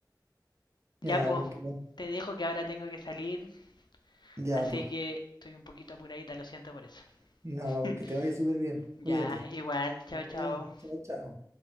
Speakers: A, on the left (about 75°); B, on the right (about 40°).
A: Ya,
B: Ya,
A: pues,
B: pues, que no-
A: te dejo que ahora tengo que salir,
B: ya,
A: así
B: pues.
A: que estoy un poquito apuradita, lo siento por eso.
B: No,
A: <laughs>
B: pues que te vaya súper bien.
A: ya,
B: Cuídate.
A: igual, chao,
B: Nos
A: chao.
B: vemos. Chao, chao.